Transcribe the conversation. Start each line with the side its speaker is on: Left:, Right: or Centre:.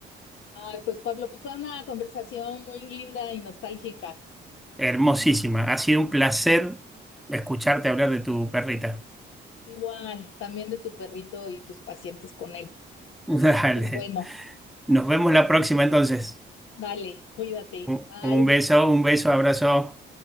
Left: Ay, pues Pablo, pues fue una conversación muy linda y nostálgica.
Centre: Hermosísima. Ha sido un placer escucharte hablar de tu perrita.
Left: Igual, también de tu perrito y tus pacientes con él.
Centre: <laughs> Dale.
Left: Pues bueno,
Centre: Nos vemos la próxima entonces.
Left: vale, cuídate.
Centre: Un
Left: Bye.
Centre: un beso, un beso, abrazo.